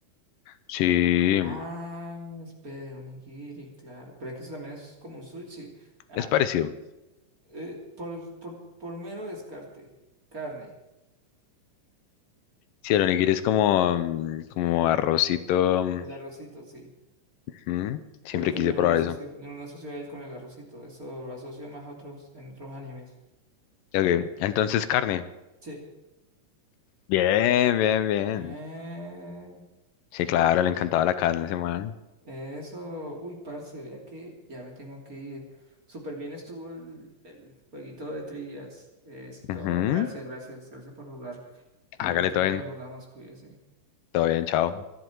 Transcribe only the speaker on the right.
Ah, espere, onigiri, claro, pero es que eso también es como un sushi. Ah,
eh, por, por, por mero descarte, carne,
el arrocito, sí,
pero es que
yo no
lo asocio,
yo no lo asocio a él con el arrocito, eso lo asocio más a otros, en otros animes.
Sí.
Eh,
Eso, uy, parce, vea que ya me tengo que ir. Súper bien estuvo el, el jueguito de trillas. Esto,
gracias, gracias, gracias por jugar. Luego
otro
día
jugamos, cuídese.